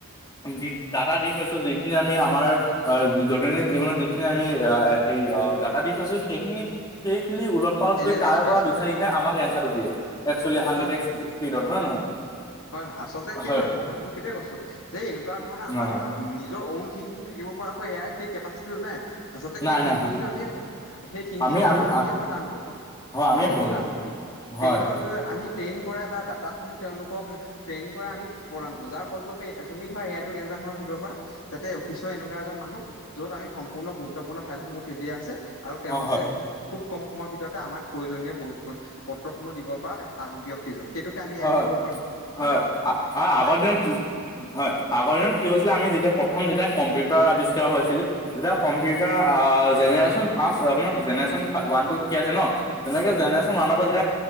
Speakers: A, on the left; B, on the left.
A: দি, ডাটা দি <unintelligible> থৈছোঁ। যিখিনি আমি আমাৰ দৈনন্দিন জীৱনত যিখিনি আমি হেৰি অ', দাটা দি থৈছো সেইখিনি, সেইখিনি উলট পালট
B: নোৱাৰে
A: কৰি
B: এনালাইজ
A: তাৰ
B: কৰে
A: পৰা
B: আচলতে
A: বিচাৰিহে আমাক এনঞ্চাৰটো দিয়ে। এক্সুৱেলি হান্দেড
B: হয় হয়
A: এক্স
B: হয়।
A: পীডত হয় ন নহয়?
B: হয়। আচলতে সেইটোৱে
A: হয়
B: ম কথাটো সেইটোৱে কছো যে এনেকুৱা ধৰণে আমাৰ
A: হয় হয়
B: আ নিজৰ অউন থিংকিং থাকিব পৰাকৈ এ আইৰ সেই কেপাচিটিটো নাই। আচলতে
A: নাই
B: সেই থিংকিংটো
A: নাই হয়
B: আমিয়ে পোৱা, সেই থিংকিংটো
A: আমি আমি
B: আমিয়ে প্ৰদান কৰোঁ।
A: হয় আমিয়ে
B: আমি
A: প্ৰথম
B: প্ৰদান কৰো, ট্ৰেইন
A: হয়
B: আমি ট্ৰেইন কৰা দাতাসমূহ তেওঁলোক <unintelligible> ট্ৰেইন কৰা আমি প্ৰদান কৰো যাৰ ফলস্বৰূপে তুমি ধৰা এ আইটো এনেকুৱা ধৰণৰ ধৰিব পৰা যাতে অফিচৰ এনেকুৱা এজন মানুহ য'ত আমি সম্পূৰ্ণ গুৰুত্বপূৰ্ণ ফাইলসমূহ দি দিয়া আছে আৰু তেওঁ
A: অ
B: হৈছে
A: হয়
B: খুব-খুব কম সময়ৰ ভিতৰতে আমাক প্ৰয়োজনীয় পত্ৰসমূহ দিব পৰা ব্যক্তিজন। সেইটোকে আমি এ
A: হয়
B: আই বুলি কব' পাৰোঁ।
A: হয়,
B: নে নহয়?
A: আগতে
B: বা এনে
A: হয়, আগৰ দিনত কি হৈছিলে আমি যেতিয়া প্ৰথম যেতিয়া <unintelligible> আৱিষ্কাৰ হৈছিল, তেতিয়া কম্পিউটাৰ আহ, জেনেৰেচন আহ, জেনেৰেচন ৱান টু থ্ৰী আছে ন, তেনেকে জেনেৰেচন
B: হয়
A: ৱানৰ
B: হয়
A: পৰা যেতিয়া